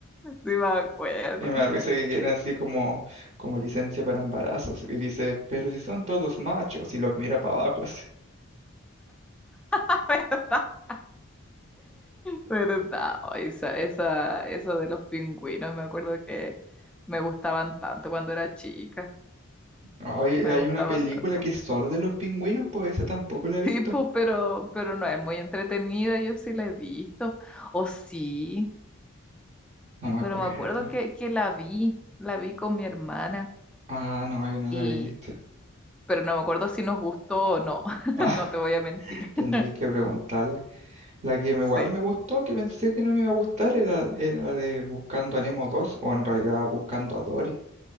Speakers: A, in the centre; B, on the right (about 30°).
A: sí me acuerdo.
B: Y me da risa que
A: Sí,
B: quieren así como, como licencia para embarazos. Y dice, pero si son todos machos, y los mira para abajo así.
A: <laughs> verdad. Oh, esa, esa, eso de los pingüinos, me acuerdo que me gustaban tanto cuando era chica.
B: Oye,
A: Me
B: hay
A: gustaban
B: una película
A: tanto.
B: que es solo de los pingüinos, pues esa tampoco la he visto.
A: tipo, pero, pero no es muy entretenida, yo sí la he visto, o sí,
B: No me acuerdo.
A: pero me acuerdo que, que la vi, la vi con mi hermana,
B: Ah, no, yo no
A: y,
B: la he visto. <laughs>
A: pero no me acuerdo si nos gustó o no, <laughs>
B: Ah,
A: no te voy a mentir,
B: tendría
A: <laughs>
B: que preguntarle. La que me-
A: sí,
B: igual me gustó, que pensé que no me iba a gustar, era, era la de Buscando a Nemo 2, o en realidad Buscando a Dory.